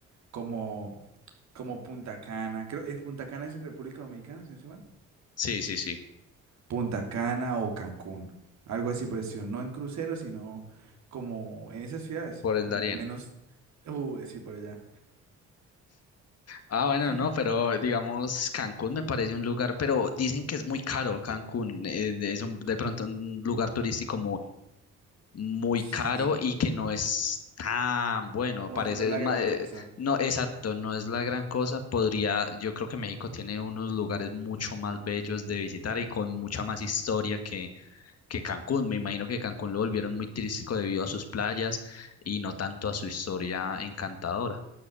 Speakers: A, on the right (about 65°); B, on the left (about 55°).
A: Como, como Punta Cana, creo, ¿es Punta Cana es en República Dominicana, si no estoy mal?
B: Sí, sí, sí,
A: Punta Cana o Cancún, algo así por el estilo, no en crucero, sino como en esas ciudades,
B: por
A: como
B: el Darién.
A: menos, uh, sí, por allá.
B: Ah, bueno,
A: <laughs>
B: no, pero digamos, Cancún me parece un lugar, pero dicen que es muy caro Cancún, eh, es un, de pronto un lugar turístico muy
A: Sí,
B: caro y que no es tan bueno.
A: Bueno,
B: Parece,
A: no es la
B: ma-
A: gran
B: eh,
A: cosa.
B: no, exacto, no es la gran cosa. Podría, yo creo que México tiene unos lugares mucho más bellos de visitar y con mucha más historia que, que Cancún. Me imagino que Cancún lo volvieron muy turístico debido a sus playas y no tanto a su historia encantadora.